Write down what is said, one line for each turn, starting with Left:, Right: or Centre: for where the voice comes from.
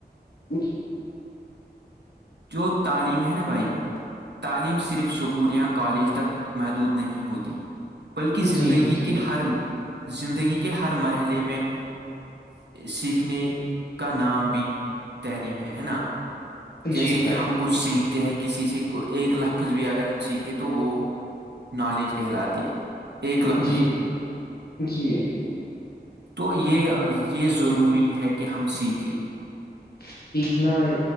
Left: جی
Right: جو تعلیم ہے نا بھائی تعلیم صرف سکول یا کالج تک محدود نہیں ہوتی بلکہ زندگی
Left: جی جی
Right: کے ہر زندگی کے ہر مرحلے میں سیکھنے کا نام بھی تعلیم ہے ہے نا جیسے
Left: جی بھائی
Right: کہ ہم کچھ سیکھتے ہیں کسی سے ایک لفظ بھی اگر ہم سیکھیں تو وہ نالج کہلاتی ہے ایک لفظ
Left: جی
Right: بھی
Left: جی
Right: تو یہ یہ ضروری ہے کہ ہم سیکھیں
Left: سیکیکھنا ہے